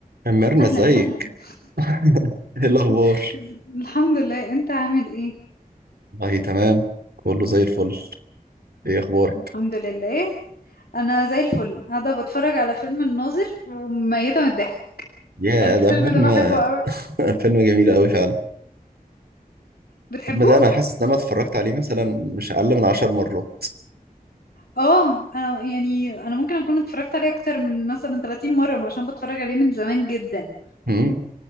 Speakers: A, on the right; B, on the left.
A: ميرنا
B: اهلا
A: ازيك
B: اهلا
A: <laughs> ايه الاخبار
B: <laughs> الحمد لله انت عامل ايه
A: والله تمام كله زي الفل ايه اخبارك
B: الحمد لله انا زي الفل قاعده بتفرج على فيلم الناظر وميته من الضحك
A: يا
B: الفيلم
A: ده فيلم
B: ده بحبه قوي
A: <laughs> فيلم جميل قوي فعلا
B: بتحبه
A: الفيلم ده انا حاسس ان انا اتفرجت عليه مثلا مش اقل من عشر مرات
B: اه انا يعني انا ممكن اكون اتفرجت عليه اكتر من مثلا 30 مره عشان بتفرج عليه من زمان جدا
A: امم